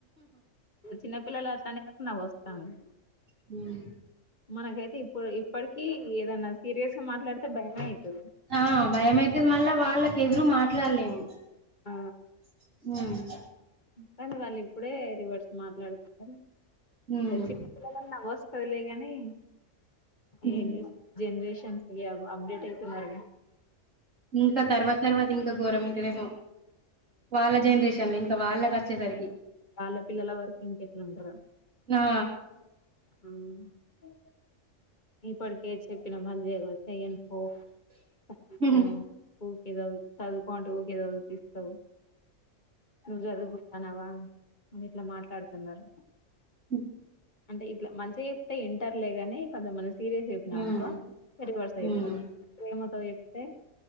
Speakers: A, on the left (about 35°); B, on the right (about 85°).
A: ఇంగ చిన్నపిిల్లలు అట్లా అనేసరికి నవ్వొస్తానంది
B: మ్
A: మనకైతే ఇప్పుడు ఇప్పటిక ఏదన్నా సీరియస్ గా మాట్లాడితే భయమే అయితది
B: ఆ భయమైతది మళ్ళా వాళ్ళకి ఎదురు మాట్లాడలేము
A: ఆ
B: మ్
A: కాని వాళ్ళు ఇప్పుడే రివర్స్ మాట్లాడుతున్నారు
B: హ్మ్.
A: చిన్న పిల్లలని నవ్వోస్ పదులే కాని
B: హ్మ్.
A: ఏం చెస్ జనరేషన్స్ అప్డేట్ అవుతున్నారుగా
B: ఇంకా తర్వాత తర్వాత ఇంకా ఘోరం ఉంటదేమొ వాళ్ళ జనరేషన్ లో ఇంకా ఇంకా వాళ్ళకచ్చేసరికి
A: వళ్ళ పిల్లల వరకి ఇంకెట్లుంటారో
B: ఆ!
A: ఆ ఇప్పుటికే చెప్పిన పని చేయ చెయ్యను పో <unintelligible>
B: హ్మ్.
A: ఏదో చదువుకో అంటే ఊకె చదివిపిస్తావ్ నువ్వు చదువుకుంటనవా అని ఇట్లా మాట్లాడుతున్నారు
B: హ
A: అంటే ఇట్లా మంచిగ చెప్తే ఇంటర్లేగాని కొంత మన సిరిస్ గ చెప్పినం
B: హ్మ్.
A: అనుకో రివర్స్
B: హ్మ్.
A: అయితరు ప్రేమ తో చెప్తే